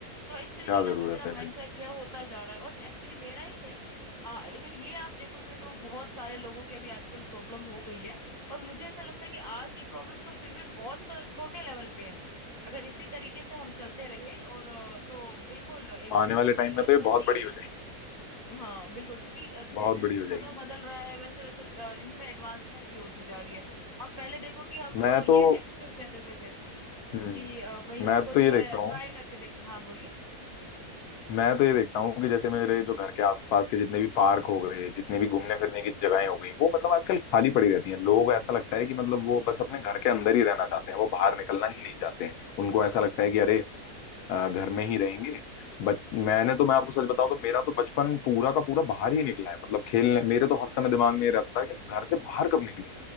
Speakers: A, on the right; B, on the left.
A: थोड़ा इस तरीके
B: क्या
A: का
B: जरूरत
A: जो मेरा
B: है
A: माइंडसेट
B: भाई
A: जो है होता जा रहा है और एक्चुअली मेरा ही नहीं आ, अगर ये आप देखोगे तो बहुत सारे लोगों की अभी आजकल प्रॉब्लम हो गई है और मुझे ऐसा लगता है कि आज ये प्रॉब्लम तो फिर भी बहुत छोटे लेवल पे है अगर इसी तरीके से हम चलते रहे और अ, तो बिल्कुल एक दिन
B: आने
A: हो
B: वाले
A: जाएगा
B: टाइम में तो
A: ऐसा
B: ये
A: कि
B: बहुत बड़ी हो जाएगी
A: हाँ बिल्कुल क्योंकि अ, जैसे
B: बहुत
A: जैसे
B: बड़ी हो
A: समय
B: जाएगी
A: बदल रहा है वैसे वैसे अ, इनमें एडवांसमेंट भी होती जा रही है अब पहले देखो कि हम
B: मैं
A: अ, ये
B: तो
A: एक्सक्यूज दे देते थे कि
B: हम्म
A: अ, भाई हमको
B: मैं तो
A: जो
B: ये
A: है
B: देखता
A: ट्राई
B: हूँ
A: करके देखना हाँ बोलिए
B: मैं तो ये देखता हूँ कि जैसे मेरे जो घर के आसपास के जितने भी पार्क हो गए जितने भी घूमने फिरने की जगहें हो गई वो मतलब आजकल खाली पड़ी रहती हैं लोग ऐसा लगता है कि मतलब वो बस अपने घर के अंदर ही रहना चाहते हैं वो बाहर निकलना ही नहीं चाहते हैं उनको ऐसा लगता है कि अरे अ, घर में ही रहेंगे बट मैंने तो मैं आपको सच बताऊं तो मेरा तो बचपन पूरा का पूरा बाहर ही निकला है मतलब खेलने मेरे तो हर समय दिमाग में ये रहता था कि घर से बाहर कब निकलूं